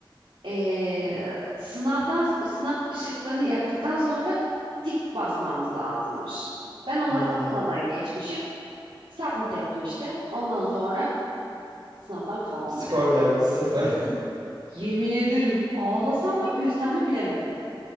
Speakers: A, on the right; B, on the right.
A: E, sınavdan sınav şıklarını yaptıktan sonra tik basmamız lazımmış. Ben onları
B: Hmm,
A: basmadan geçmişim. Submit yaptım işte. Ondan sonra Sınavdan kaldın
B: Bir skor
A: dediler.
B: geldi sıfır.
A: Yemin ederim ağlasam mı gülsem mi bilemedim.